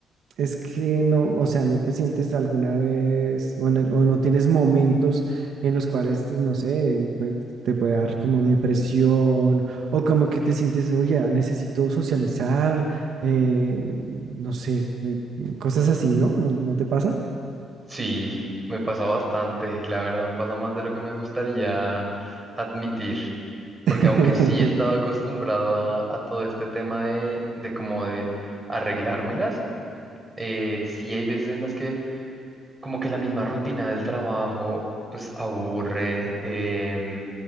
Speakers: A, on the right; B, on the right.
A: es que no, o sea, no te sientes alguna vez o, en el- o no tienes momentos en los cuales, no sé, pues, te puede dar como depresión o como que te sientes, oye, ah, necesito socializar, eh, no sé, eh, cosas así, ¿no? ¿No, no te pasa?
B: Sí, me pasa bastante, la verdad, me pasa más de lo que me gustaría admitir, porque
A: <clears throat>
B: aunque sí he estado acostumbrado a, a todo este tema de, de como de arreglármelas, eh, sí hay veces en las que como que la misma rutina del trabajo pues aburre, em,